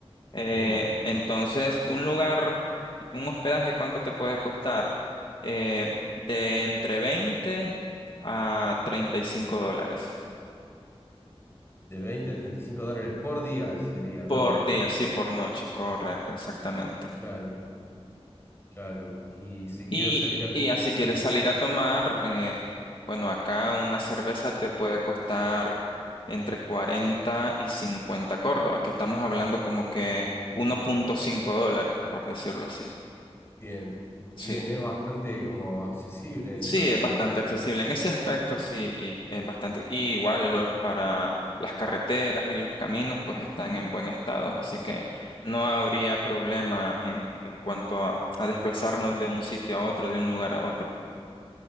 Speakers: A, on the left; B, on the left.
A: Eh,
B: Bien.
A: entonces, un lugar, un hospedaje, ¿cuánto te puede costar? Eh, de entre 20 a 35 dólares
B: De 20 a 35 dólares por día sería, ¿no?
A: por día, sí, por noche, correcto, exactamente.
B: Claro, claro. Y si
A: Y,
B: quiero salir a...
A: y así
B: Sí,
A: quieres salir a tomar, eh, bueno, acá una cerveza te puede costar entre 40 y 50 córdobas, que estamos hablando como que 1.5 dólares, por decirlo así.
B: bien.
A: Sí,
B: Bien, es bastante como accesible dentro
A: sí,
B: de
A: es
B: todo.
A: bastante accesible en ese aspecto, sí, y es bastante. Y igual lo- para las carreteras y los caminos, pues están en buen estado, así que no habría problema en, en cuanto a a desplazarnos de un sitio a otro, de un lugar a otro.